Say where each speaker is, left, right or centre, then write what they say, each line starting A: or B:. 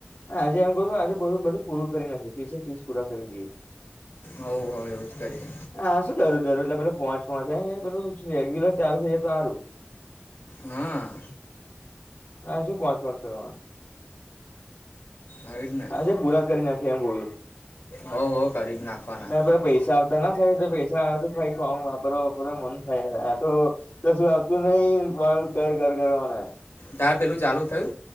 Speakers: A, on the left; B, on the left.
A: હા આજે એમ કહું આજે બધું પૂરું કરી નાખી ત્રી ત્રીસ પૂરા કરી દઈએ.
B: હોવ હોવ એવું જ કરીએ.
A: હા શું દરું દરું એટલે પે પહોંચ પહોચ પેલું રેગ્યુલર ચાલુ છે તો હારું.
B: હાઆ.
A: હા શું પાંચ પાંચ કરવાના.
B: આવી જ ને
A: અચ્છા પૂરા કરી નાખી એમ કવ
B: હોવ હોવ કરી જ નાખવાના
A: છું પૈસા ત થાય તો પૈસા આવે તો ખઈ વાપરો વાપર મન હા યાર હા આતો કશું આપતું નહી કર કર કરવાના
B: તાર પેલું ચાલુ થયુ.